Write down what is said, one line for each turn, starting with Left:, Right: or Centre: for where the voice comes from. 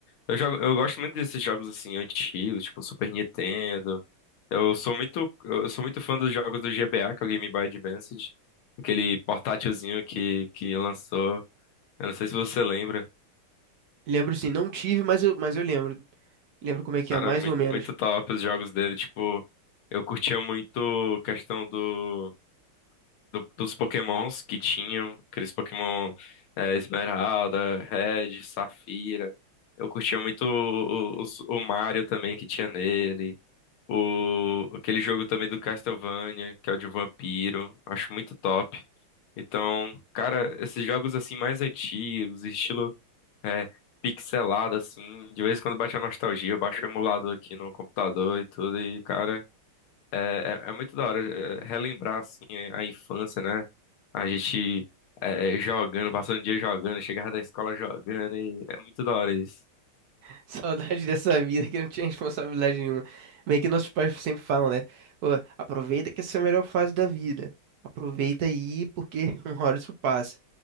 Left: eu jogo, eu gosto muito desses jogos assim antigos, tipo Super Nintendo. Eu sou muito, eu sou muito fã dos jogos do GBA, que é o Game Boy Advance, aquele portátilzinho que que lançou. Eu não sei se você lembra.
Right: Lembro sim, não tive, mas eu, mas eu lembro. Lembro como é que
Left: Cara,
Right: é, mais
Left: muito,
Right: ou menos.
Left: muito top os jogos dele. Tipo, eu curtia muito a questão do, do- dos Pokémons que tinham, aqueles Pokémon é, Esmeralda, Red, Safira. Eu curtia muito o, o, o Mario também que tinha nele. O, aquele jogo também do Castlevania, que é o de vampiro. Acho muito top. Então, cara, esses jogos assim mais antigos, estilo. É, pixelado, assim. De vez em quando bate a nostalgia, eu baixo o emulador aqui no computador e tudo. E, cara, é, é, é muito da hora é, relembrar, assim, a infância, né? A gente é, jogando, passando o dia jogando, chegava da escola jogando. E é muito da hora isso.
Right: <laughs> Saudade dessa vida que não tinha responsabilidade nenhuma. meio que nossos pais sempre falam, né? Pô, aproveita que essa é a melhor fase da vida. Aproveita aí, porque <laughs> uma hora isso passa.